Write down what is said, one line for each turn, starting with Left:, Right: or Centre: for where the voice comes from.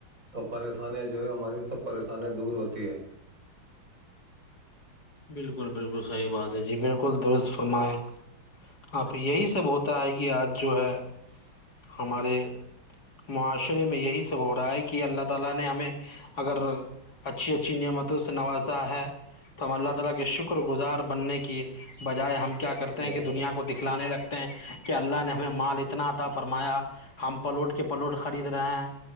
Right: تو پریشانیاں جو ہے ہماری سب پریشانیاں دور ہوتی ہے
Left: بالکل بالکل سحی بات ہے جی بالکل درست فرمائے آ پ یہی سب ہوتا ہے کہ آج جو ہے ہمارے معاشرے میں یہی سب ہو رہا ہے کہ اللہ تعالا نے ہمیں اگر اچھی اچھییمتوں سے نواز ہے تو ہم اللہ تعالا کے شکر گزار بننے کی بجائے ہم کیا کیا کرتے ہیں
Right: جی
Left: کہ
Right: سر
Left: دنیا کو دکھلانے لگتے ہیں کہ اللہ نے ہمیں مال اتناتا فرمایا ہم پلوٹ کے پلوٹ خرید رہے ہیں